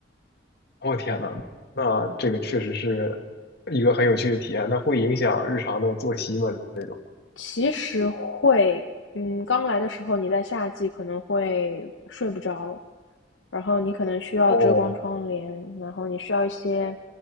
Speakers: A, on the left; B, on the left.
A: 我天呐，那这个确实是一个很有趣的体验。那会影响日常的作息吗？这种？
B: 其实会，嗯，刚来的时候你在夏季可能会睡不着，然后你可能需要遮光窗帘，
A: 哦
B: 然后你需要一些